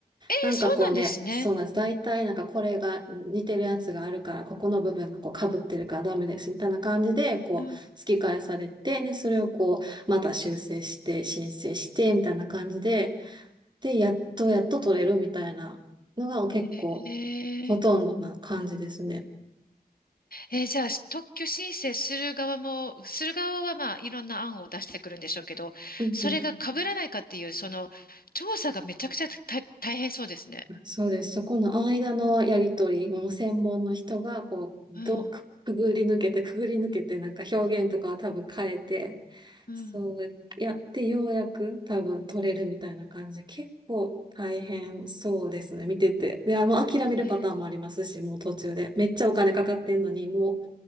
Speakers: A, on the left (about 65°); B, on the right (about 30°).
A: えーそうなんですね。
B: なんかこうね、そうなんです。大体なんかこれが似てるやつがあるから、ここの部分がこう被ってるからダメです、みたいな感じで、こう、
A: うん
B: 突き返されて、で、それをこう、また修正して、申請して、みたいな感じで、で、やっとやっと取れるみたいなのが結構
A: へ
B: ほとんどな感じですね。
A: えーじゃあ、特許申請する側も、する側はまあ、いろんな案を出してくるんでしょうけど、
B: うんうん。
A: それが被らないかっていう、その、調査がめちゃくちゃ大大変そうですね。
B: そうです。そこの間のやりとり、もう専門の人がこう、
A: うん、
B: ど、く、くぐり抜けて、くぐり抜けて、なんか表現とかは多分変えて、
A: うん、
B: そうやってようやく多分取れるみたいな感じで、結構大変そうですね、見てて。で、あもう諦めるパターンもありますし、
A: えー、
B: もう途中で。めっちゃお金かかってんのに、もう